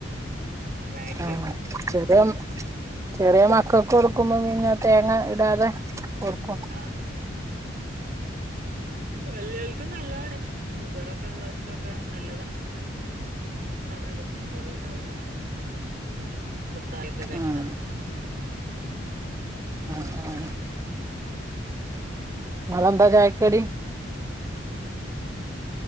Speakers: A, on the right; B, on the right.
A: റാഗിയൊക്കെ
B: ആ ചെറ്യേ ചെറ്യേ മക്കൾക്കൊടുക്കുമ്പോ
A: ഉം
B: പിന്നെ തേങ്ങ ഇടാതെ കൊടുക്കും
A: അ വല്ല്യോൽക്കും നല്ലാണ് ഷുഗറൊക്കെ ള്ളോൽക്കൊക്കെ നല്ലതാ ണത് <unintelligible> <unintelligible> മുത്താലൊക്കെ കൈക്ക്ണത്
B: ആഹ് ആ ആ നാളെന്താ ചായക്കടി?